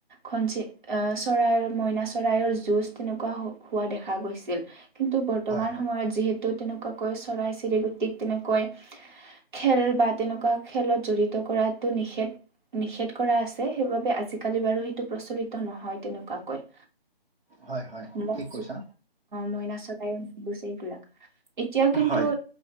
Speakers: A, on the right; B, on the right.
A: খচি আহ চৰাইৰ মইনা চৰাইৰ যুঁজ তেনেকুৱা হোৱা দেখা গৈছিল কিন্তু বৰ্তমান
B: হয় হয়
A: সময়ত যিহেতু তেনেকুৱাকৈ চৰাই চিৰিকুটিক তেনেকৈ খেল বা তেনেকুৱা খেলত জড়িত কৰাটো নিষেধ নিষেধ কৰা আছে সেইবাবে আজিকালি বাৰু সেইটো প্ৰচলিত নহয় তেনেকুৱাকৈ
B: হয় হয়
A: মঅ
B: ঠিক কৈছা
A: মইনা চৰাই বুছে এইবিলাক এতিয়াও কিন্তু
B: হয়